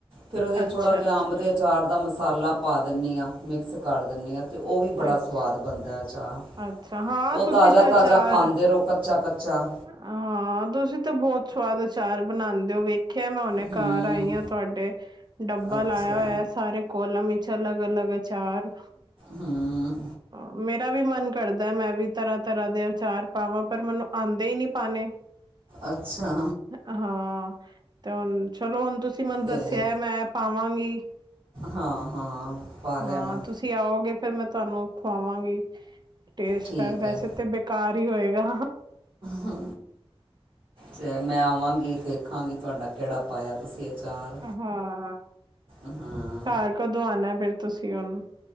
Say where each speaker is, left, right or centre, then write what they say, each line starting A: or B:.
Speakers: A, on the right; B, on the right.
A: ਫੇਰ ਉਦੇ ਚ
B: ਅੱਛਾ
A: ਥੋੜ੍ਹਾ ਜਾ
B: ਅੱਛਾ।
A: ਅੰਬ ਦੇ ਅਚਾਰ ਦਾ ਮਸਾਲਾ ਪਾ ਦਿੰਨੀ ਆ ਮਿਕਸ ਕਰ ਦਿੰਨੀ ਆ। ਅਤੇ ਉ ਵੀ ਬੜਾ
B: ਅੱਛਾ
A: ਸਵਾਦ ਬਣਦੈ ਅਚਾਰ।
B: ਅੱਛਾ ਹਾਂ
A: ਓ
B: ਤੁਸੀਂ
A: ਤਾਜ਼ਾ-ਤਾਜ਼ਾ
B: ਤਾਂ ਅਚਾਰ
A: ਖਾਂਦੇ ਰਓ ਕੱਚਾ-ਕੱਚਾ।
B: ਹਾਂ ਤੁਸੀਂ ਤਾਂ ਬੋਤ ਸਵਾਦ ਅਚਾਰ ਬਣਾਂਦੇ ਓ ਵੇ ਖਿਆ ਮੈਂ ਹੁਨੇ
A: ਹੂੰ
B: ਘਰ ਆਈ ਆ ਤੁਹਾਡੇ ਡੱਬਾ
A: ਅੱਛਾ
B: ਲਾਇਆ ਹੋਇਆ ਸਾਰੇ ਕੋਲਮ ਵਿੱਚ ਅਲੱਗ ਅਲਗ ਅਚਾਰ,
A: ਹੂੰ
B: ਮੈਂ ਮੇਰਾ ਵੀ ਮਨ ਕਰਦਾ ਮੈਂ ਵੀ ਤਰ੍ਹਾਂ ਤਰ੍ਹਾਂ ਦੇ ਆਚਾਰ ਪਾਵਾਂ, ਪਰ ਮੈਨੂੰ ਆਉਂਦੇ ਹੀ ਨਹੀਂ ਪਾਣੇ।
A: ਅੱਛਾ
B: ਹਾਂ, ਤੇ ਹੁਣ ਚਲੋ ਹੁਣ ਤੁਸੀਂ ਮੈਨੂੰ
A: ਤੇ
B: ਦੱਸਿਆ ਮੈਂ ਪਾਵਾਂਗੀ।
A: ਹਾਂ ਹਾਂ ਪਾ ਲੈਣਾ।
B: ਹਾਂ ਤੁਸੀਂ ਆਓਗੇ, ਫੇਰ ਮੈਂ ਤੁਹਾਨੂੰ ਖਵਾਵਾਂਗੀ ਟੇਸਟ
A: ਠੀਕ
B: ਕਰ ਵੈਸੇ
A: ਹੈ
B: ਤੇ ਘਾਰ ਹੀ ਹੋਏਗਾ।
A: ਹੂ ਤੇ ਮੈਂ ਆਵਾਂਗੀ ਦੇਖਾਂਗੀ ਤੁਹਾਡਾ ਕਿਹੜਾ ਪਾਇਆ ਤੁਸੀਂ ਅਚਾਰ।
B: ਹਾਂ
A: ਹਾਂ
B: ਘਰ ਕਦੋਂ ਆਉਣਾ ਫਿਰ ਤੁਸੀਂ ਉਹਨੂੰ।